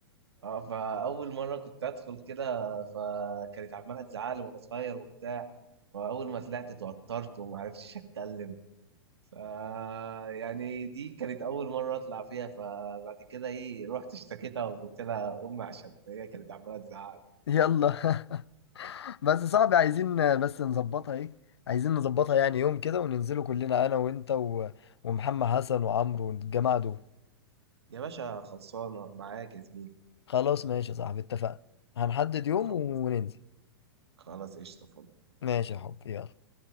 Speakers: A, on the right; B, on the left.
A: اه فاول مره كنت ادخل كده فكانت عماله تزعلي وانا صغير وبتاع فاول ما طلعت اتوترت وما عرفتش اتكلم ف يعني دي كانت اول مره اطلع فيها فبعد كده ايه رحت اشتكيتها وقلت لها امي عشان هي كانت عماله تزعل
B: يلا <laughs> بس صعب عايزين بس نظبطها ايه عايزين نظبطها يعني يوم كده وننزلوا كلنا انا وانت و... ومحمد حسن وعمرو والجماعة دول
A: يا باشا خلصانه معاك يا زميلي
B: خلاص ماشي يا صاحبي اتفقنا هنحدد يوم
A: خلاص
B: وننزل
A: خلاص قشطه فل
B: ماشي يا حب يلا